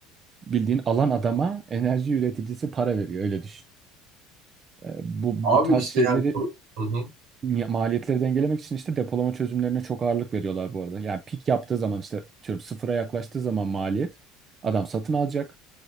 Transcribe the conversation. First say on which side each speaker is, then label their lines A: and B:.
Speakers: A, on the right; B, on the right.
A: Bildiğin alan adama enerji üreticisi para veriyor, öyle düşün. Ee, Bu,
B: Abi
A: bu tarz
B: işte
A: şeyleri
B: yani bu- Hı hı.
A: mi- maliyetleri dengelemek için işte depolama çözümlerine çok ağırlık veriyorlar bu arada. Yani pik yaptığı zaman işte diyorum sıfıra yaklaştığı zaman maliyet adam satın alacak.